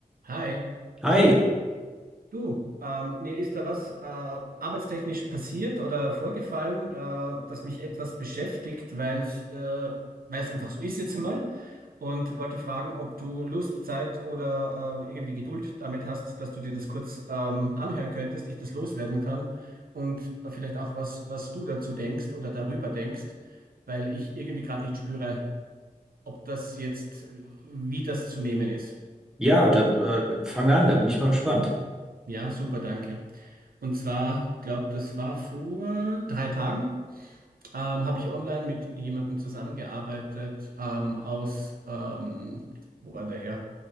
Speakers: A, on the right (about 80°); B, in the centre.
A: Hi,
B: Hi,
A: du, ähm, mir ist da was äh, arbeitstechnisch passiert oder vorgefallen, äh, das mich etwas beschäftigt, weil es äh, weil es einfach so ist jetzt einmal und wollte fragen, ob du Lust, Zeit oder äh, irgendwie Geduld damit hast, dass du dir das kurz ähm, anhören könntest, ich das loswerden kann und äh, vielleicht auch was, was du dazu denkst oder darüber denkst, weil ich irgendwie gerade nicht spüre, ob das jetzt, äh, wie das zu nehmen ist.
B: ja, da äh, fang an, da bin ich mal gespannt.
A: Ja, super, danke. Und zwar, glaube, das war vor drei Tagen, ähm, habe ich online mit jemandem zusammengearbeitet ähm, aus, ähm, wo war der her?